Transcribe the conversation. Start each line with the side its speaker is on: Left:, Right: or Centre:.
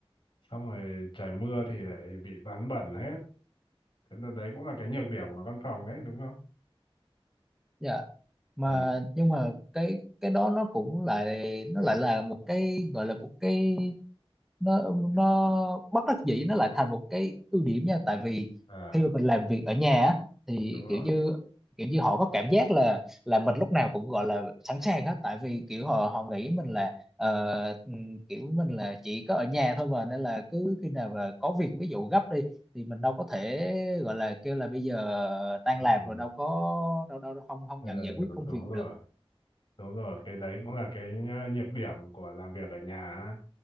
Left: xong rồi trời mưa thì lại bị ván bẩn hết thế là đấy cũng là cái nhược điểm của văn phòng đấy đúng không
Centre: Dạ. mà
Left: à,
Centre: nhưng mà cái cái đó nó cũng lại nó lại là một cái gọi là một cái nó nó bất đắc dĩ nó lại thành một cái ưu điểm nha tại vì
Left: à
Centre: khi mà mình làm việc ở nhà á, thì
Left: đúng rồi
Centre: kiểu như kiểu như họ có cảm giác là là mình lúc nào cũng gọi là sẵn sàng hết tại vì kiểu họ họ nghĩ mình là ờ, ừm, kiểu mình là chỉ có ở nhà thôi mà nên là cứ khi nào mà có việc ví dụ gấp đi thì mình đâu có thể gọi là kêu là bây giờ tan
Left: ừ.
Centre: làm
Left: ừ,
Centre: rồi đâu có đâu đâu không không
Left: Ờ,
Centre: nhận giải quyết công
Left: đúng
Centre: việc
Left: rồi
Centre: được
Left: Đúng rồi, cái đấy cũng là cái uh, nhược điểm của làm việc ở nhà á.